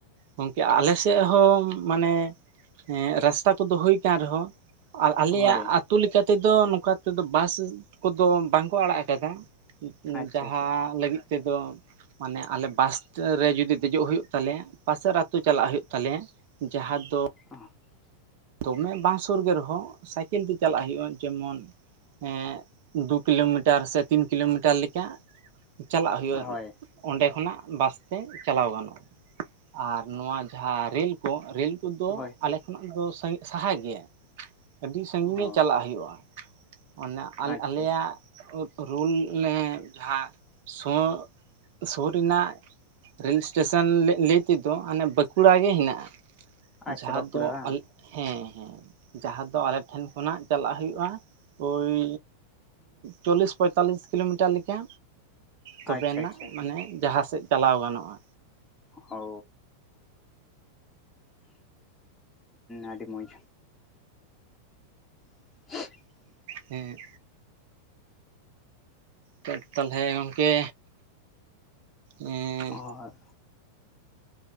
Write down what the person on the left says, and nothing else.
ᱦᱳᱭ
ᱟᱪᱪᱷᱟ
ᱟᱪᱪᱷᱟ
<unintelligible>
ᱦᱳᱭ
ᱦᱳᱭ
ᱚ
ᱟᱪᱪᱷᱟ
ᱟᱪᱪᱷᱟ
ᱟᱪᱪᱷᱟ
ᱵᱟᱸᱠᱩᱲᱟ
ᱵᱟᱝ
ᱟᱪᱪᱷᱟ
ᱟᱪᱪᱷᱟ
ᱦᱚ ᱟᱹᱰᱤ ᱢᱚᱡᱽ <unintelligible>
ᱟᱨ